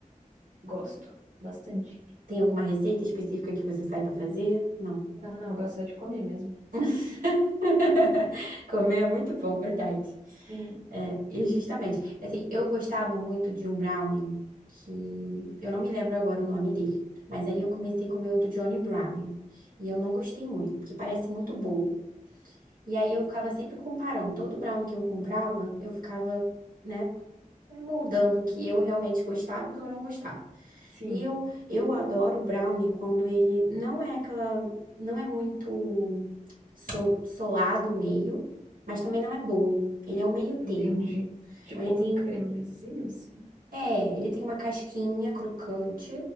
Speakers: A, on the right (about 70°); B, on the right (about 90°).
A: Gosto bastante.
B: Tem alguma receita específica que você saiba fazer? Não.
A: Não, não, eu gosto só de comer mesmo.
B: <laughs> Comer é muito bom, verdade.
A: Sim,
B: É, e justamente. Assim, eu gostava muito de um brownie que eu não me lembro agora o nome dele, mas aí eu comecei a comer o do Johnny Brownie e eu não gostei muito, porque parece muito bolo. E aí eu ficava sempre comparando, todo brownie que eu comprava, eu ficava, né? vai moldando o que eu realmente gostava e o que eu não gostava.
A: sim,
B: E eu, eu adoro o brownie quando ele não é aquela, não é muito so, solado o meio, mas também não é bolo. Ele é o meio
A: entendi.
B: termo.
A: Tipo
B: Quando ele
A: um
B: tem,
A: cremezinho, assim.
B: é, ele tem uma casquinha crocante,